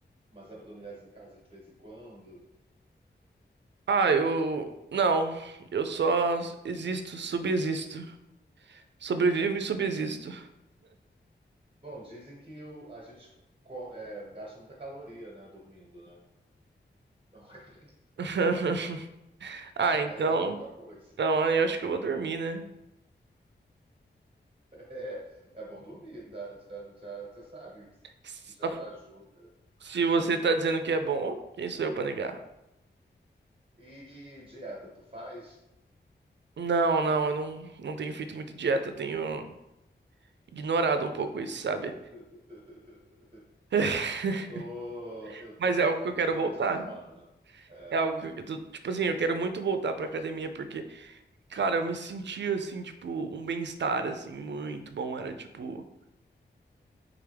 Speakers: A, on the right; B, on the right.
A: umas abdominais em casa de vez em quando.
B: Ah, eu. Não, eu só existo, subsisto. Sobrevivo
A: Uhum.
B: e subsisto.
A: Bom, dizem que o- a gente co- é, gasta muita caloria, né, dormindo, né? Então, <laughs>
B: <laughs>
A: já
B: Ah, então.
A: é alguma coisa.
B: Então,
A: <laughs>
B: aí eu acho que eu vou dormir, né?
A: É, é bom dormir, dá- já, já, você sabe
B: Se
A: que já ajuda.
B: se você tá dizendo que é bom, quem sou eu pra negar?
A: E dieta, tu faz?
B: Não, não, eu não, não tenho feito muito dieta, eu tenho ignorado um pouco isso, sabe?
A: <laughs>
B: <laughs>
A: Eu tô, eu
B: Mas
A: tento
B: é algo
A: fazer
B: que eu quero
A: durante
B: voltar.
A: a semana. É,
B: É algo que eu, tô- tipo assim, eu quero muito voltar pra academia porque, cara, eu me sentia assim, tipo, um bem-estar assim muito bom, era tipo,